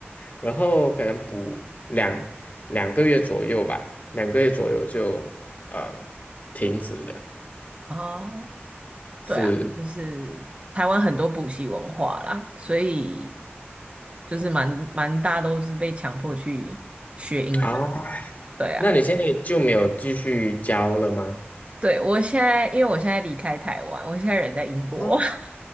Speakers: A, on the left; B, on the right.
A: 然后可能补两两个月左右吧，两个月左右就呃停止了。
B: 哦，
A: 是
B: 对啊，就是台湾很多补习文化啦，所以就是蛮蛮大都是被强迫去学英文。
A: 啊，
B: 对啊。
A: 那你现在就没有继续教了吗？
B: 对，我现在，因为我现在离开台湾，我现在人在英国。
A: 哦，
B: <laughs>